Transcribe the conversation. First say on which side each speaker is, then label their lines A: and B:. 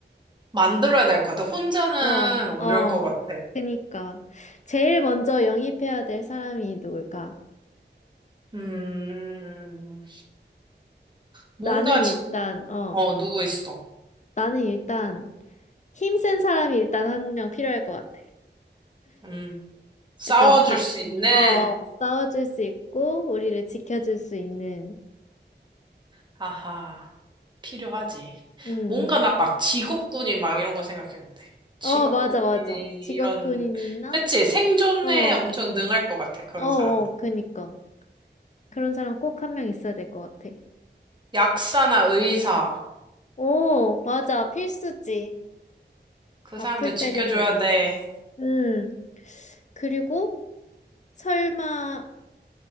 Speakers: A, on the right (about 25°); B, on the left (about 40°).
A: 만들어야 될 것 같아. 혼자는
B: 어,
A: 어려울
B: 어.
A: 것 같아.
B: 그니까. 제일 먼저 영입해야 될 사람이 누굴까?
A: 음, 뭔가
B: 나는
A: 진,
B: 일단, 어.
A: 어, 누구 있어.
B: 나는 일단 힘센 사람이 일단 한 명 필요할 것 같아.
A: 음, 싸워줄
B: 약간 방,
A: 수 있는,
B: 어, 어, 싸워줄 수 있고 우리를 지켜줄 수 있는.
A: 하하, 필요하지.
B: 응응
A: 뭔가 나 막 직업군인 막 이런 거 생각했는데. 직업군인,
B: 어, 맞아, 맞아.
A: 이런,
B: 직업군인이나
A: 그치? 생존에
B: 어, 어,
A: 엄청 능할 것 같아. 그런
B: 어,
A: 사람들.
B: 그니까 그런 사람 꼭 한 명 있어야 될 것 같아.
A: 약사나 의사.
B: 오, 맞아, 필수지.
A: 그
B: 아플
A: 사람들 지켜줘야
B: 때를 대비해서.
A: 돼.
B: 음. 그리고 설마가